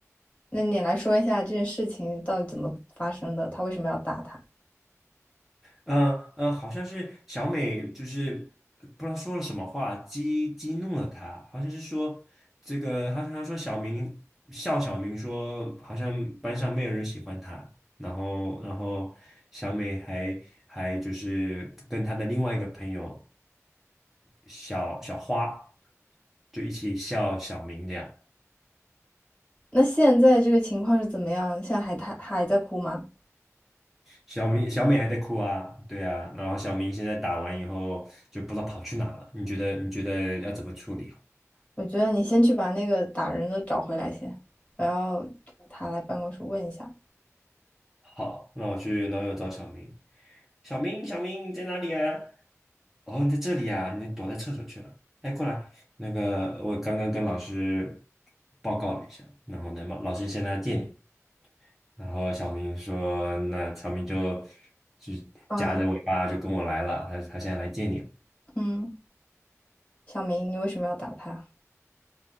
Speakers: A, on the left; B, in the centre.
A: 那你来说一下这件事情到底怎么发生的？他为什么要打他？
B: 嗯嗯，好像是小美，就是呃不知道说了什么话，激激怒了他，好像是说这个，他他说小明笑小明说，好像班上没有人喜欢他，然后然后小美还还就是跟她的另外一个朋友小小花，就一起笑小明这样，
A: 那现在这个情况是怎么样？现在还他还在哭吗？
B: 小明小美还在哭啊，对啊，然后小明现在打完以后就不知道跑去哪了，你觉得你觉得要怎么处理啊？
A: 我觉得你先去把那个打人的找回来先，我要他来办公室问一下。
B: 好，那我去，那我要找小明。小明，小明，你在哪里啊？哦，你在这里啊，你躲在厕所去了。哎，过来，那个我刚刚跟老师报告了一下，然后呢，老师现在要见你。然后小明说，那小明就就夹着尾巴就跟我来了，
A: 嗯
B: 他他现在来见你了
A: 嗯，小明，你为什么要打他？